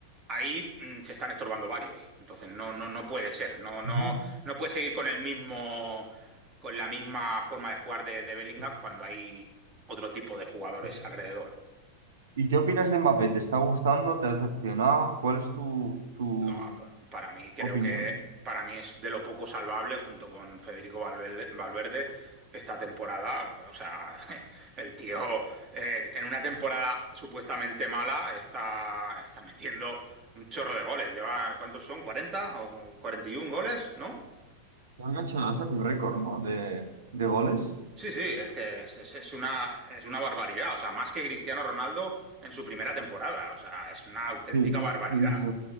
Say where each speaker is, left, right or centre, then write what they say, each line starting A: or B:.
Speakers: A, on the right; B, on the right.
A: ahí mm, se están estorbando varios. Entonces no, no, no puede ser, no, no,
B: Ujú.
A: no puede seguir con el mismo, con la misma forma de jugar de, de Bellingham
B: Sí,
A: cuando hay otro tipo de jugadores
B: sí.
A: alrededor.
B: ¿Y qué opinas de Mbappé? ¿Te está gustando? ¿Te ha decepcionado? ¿Cuál es tu, tu
A: No, pa- para mí creo
B: opinión?
A: que para mí es de lo poco salvable junto con Federico Valverde, Valverde esta temporada. O sea, <laughs> el tío eh, en una temporada supuestamente mala está, está metiendo un chorro de goles. Lleva, ¿cuántos son? cuarenta o cuarenta y un goles? ¿No?
B: Han hecho hacer un récord, ¿no? De, de goles.
A: Sí, sí, es que es, es- es una, es una barbaridad. O sea, más que Cristiano Ronaldo en su primera temporada. O sea, es una auténtica
B: Sí,
A: barbaridad.
B: sí, sí.